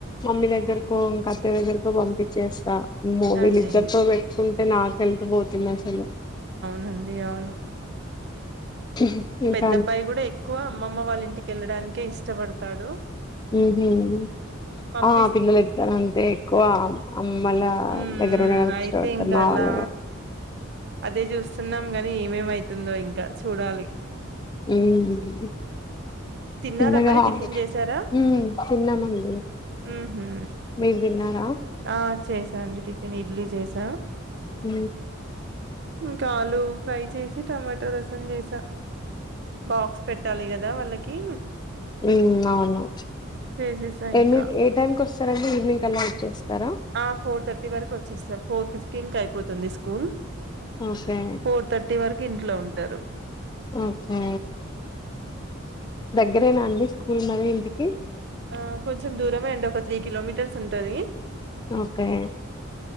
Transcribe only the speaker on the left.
మమ్మీ దగ్గరకో ఇంకా అత్త దగ్గరకు పంపించేస్తా ఆమ్మో
వీళ్ళిద్దరితో పెట్టుకుంటే నాకు హెల్త్ పోతుంది అసలు
<unintelligible>
ఉమ్
ఆ పిల్లలు ఇద్దన అంటే ఎక్కువ అమ్మళ్ళ
దగ్గర ఉండడానికి
ఇష్టపడతారు
మా
వాళ్ళ
మ్మ్
తిన్నగా
మ్ తినమంది
మీర్ తిన్నారా
హ
ఉ అవును
ఎన్ని
ఏ టైమ్ కి వస్తారంండి ఈవినింగ్ అలా వచ్చేస్తారా
ఓకే
ఓకే దగ్గరేనా అండి స్కూల్ మరీ ఇంటికి
ఓకే